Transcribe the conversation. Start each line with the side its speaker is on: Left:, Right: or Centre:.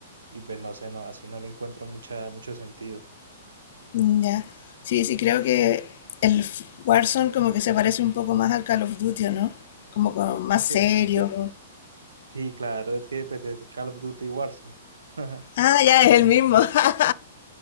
Right: y pues no sé, no, así no le encuentro mucha, mucho sentido.
Left: Mm, Ya. Sí, sí, creo que el F- Warzone como que se parece un poco más al Call of Duty, ¿o ¿no? Como con más
Right: Es que,
Left: serio.
Right: es que, sí, claro, es que pues es Call of Duty Warzone. <laughs>
Left: Ah, ya es el mismo. <laughs>